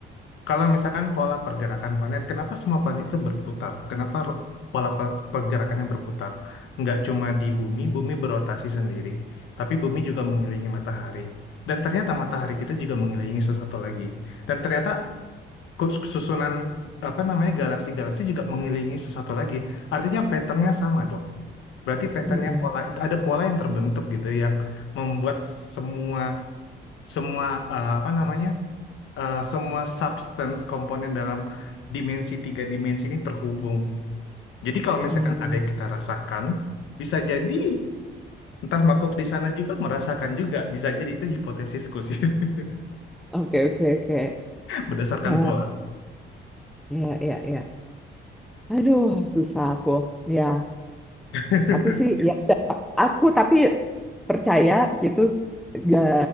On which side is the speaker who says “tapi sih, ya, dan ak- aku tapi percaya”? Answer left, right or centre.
Centre